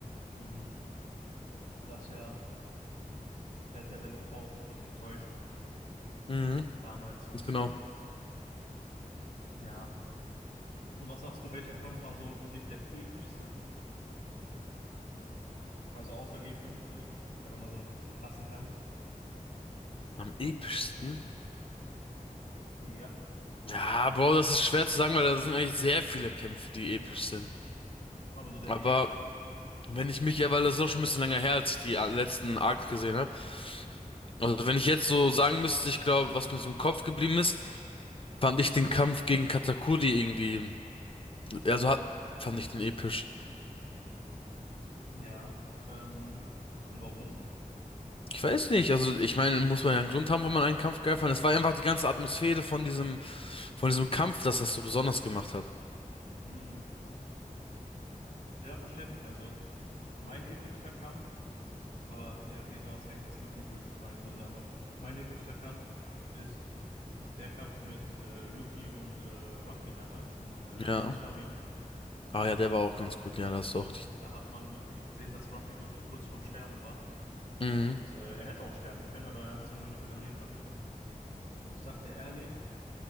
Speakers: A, on the left (about 80°); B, on the left (about 40°).
A: Mm, Und da ja, der hat ja seine Frau auch richtig enttäuscht
B: Mhm,
A: damals und
B: ganz
A: deswegen.
B: genau.
A: Ja. Und was sagst du, welcher Kampf war so für dich der epischste? Also außer G5 so. Einfach mal so ein krassen Kampf.
B: Am epischsten?
A: Ja.
B: Ja, Bro, das ist schwer zu sagen, weil da sind eigentlich sehr viele Kämpfe, die episch sind.
A: Aber so der
B: Aber
A: episch.
B: wenn ich mich, ja, weil das ist auch schon ein bisschen länger her, als ich die äh, letzten Arcs gesehen habe. Also wenn ich jetzt so sagen müsste, ich glaube, was mir so im Kopf geblieben ist, fand ich den Kampf gegen Katakuri irgendwie, also hat, fand ich den episch.
A: Ja. Ähm, und warum?
B: Ich weiß nicht, also ich meine, muss man ja einen Grund haben, wo man einen Kampf geil fand. Es war einfach die ganze Atmosphäre von diesem, von diesem Kampf, das das so besonders gemacht hat.
A: Mm. Ja, verständlich. Also mein epischster Kampf, aber ja, okay, du hast recht, es gibt nicht wirklich mal Gründe, aber mein epischster Kampf ist der Kampf mit äh, Luki und äh, Ruffy damals in äh,
B: Ja.
A: Enies Lobby.
B: Ah ja, der war auch ganz gut, ja, das ist auch
A: Da hat man wirklich gesehen, dass Ruffy wirklich kurz vorm Sterben war.
B: Mhm.
A: Und äh, er hätte auch sterben können, aber er hat es irgendwie noch überlebt am Ende. Und ich sag dir ehrlich,